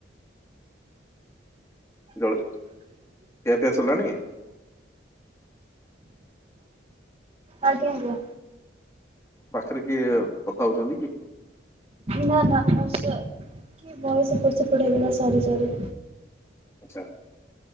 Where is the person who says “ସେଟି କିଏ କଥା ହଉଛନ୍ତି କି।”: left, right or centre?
Left